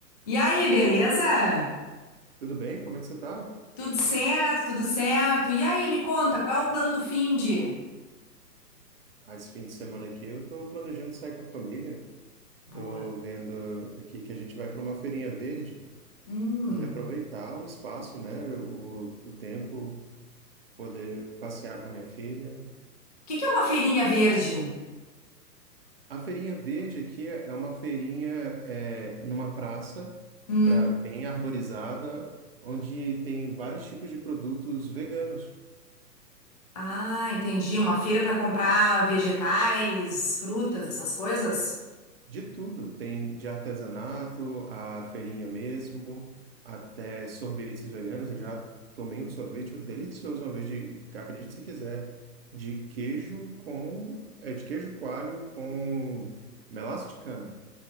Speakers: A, on the left (about 25°); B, on the right (about 40°).
A: E aí, beleza?
B: Tudo bem? Como é que você tá?
A: Tudo certo, tudo certo. E aí, me conta, qual é o plano do finde?
B: Ah, esse fim de semana aqui eu tô planejando sair com a família.
A: Boa.
B: Tô vendo aqui que a gente vai para uma feirinha verde,
A: Hum.
B: poder
A: O
B: aproveitar o espaço, né? O, o tempo, poder passear com a minha filha.
A: que que é uma feirinha verde?
B: A feirinha verde aqui é uma feirinha é, numa praça,
A: Hum.
B: pra, bem arborizada, onde tem vários tipos de produtos veganos.
A: Ah, entendi. Uma feira para comprar vegetais, frutas, essas coisas?
B: De tudo, tem de artesanato, a feirinha mesmo, até sorvetes veganos. Eu já tomei um sorvete um delicioso uma vez de, acredite se quiser, de queijo com, é de queijo coalho com melaço de cana.